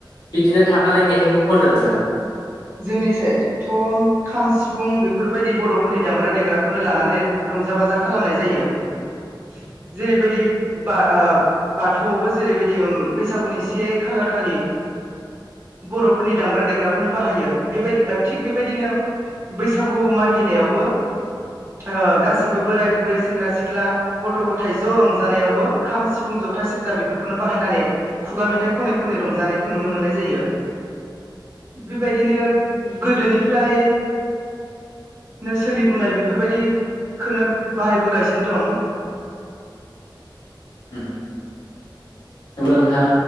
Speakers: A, on the left; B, on the right.
A: बिदिनो थाखानाय मेथाइखौ खनो नोंथां?
B: जोंनि साय थम खाम सिफुं बेफोरबायदि बर'फोरनि दामग्रा देग्रा खौनो लानानै रंजा बाजा खालामनाय जायो । जेरैबायदि बा ओ बाथौआवबो जेरैबायदि उम बैसागुनि से खालार खालि बर'फोरनि दामग्रा देग्राखौनो बाहायो ।बेबायदि थिग बेबायदिनो बैसागु मागिनायावबो ओ गासैबो बोराय, बुरै, सेंग्रा सिख्ला, गथ' ग'थाय ज' रंजानायावबो खाम, सिफुं, जथा, सेरजा बेफोरखौनो बाहायनानै खुगा मेथाइ खनै खनै रंजानायखौ नुनो मोननाय जायो। बेबायदिनो गोदोनिफ्रायनो सोलिबोनाय बेफोरबायदिखोनो बाहायबोगासिनो दं।
A: उम। नंगौ नोंथां